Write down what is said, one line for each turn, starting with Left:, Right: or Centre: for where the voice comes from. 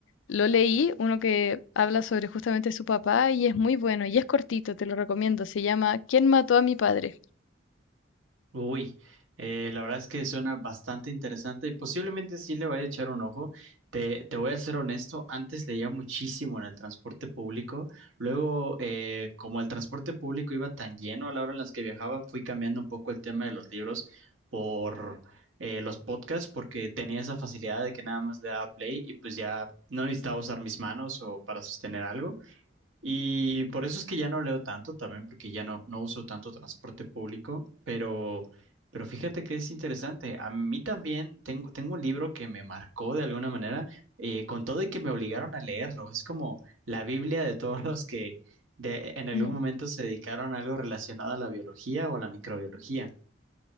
Left: lo leí, uno que habla sobre justamente su papá y es muy bueno y es cortito, te lo recomiendo. Se llama ¿Quién mató a mi padre?
Right: Uy, eh, la verdad es que suena bastante interesante y posiblemente sí le vaya a echar un ojo. Te, te voy a ser honesto, antes leía muchísimo en el transporte público. Luego, eh, como el transporte público iba tan lleno a la hora en las que viajaba, fui cambiando un poco el tema de los libros por eh, los podcasts porque tenía esa facilidad de que nada más le daba play y pues ya no necesitaba usar mis manos o para sostener algo. Y por eso es que ya no leo tanto también, porque ya no, no uso tanto transporte público, pero, pero fíjate que es interesante. A mí también tengo, tengo un libro que me marcó de alguna manera, eh, con todo y que me obligaron a leerlo. Es como la Biblia de todos <laughs> los que de- en algún
Left: Ujú.
Right: momento se dedicaron a algo relacionado a la biología o a la microbiología.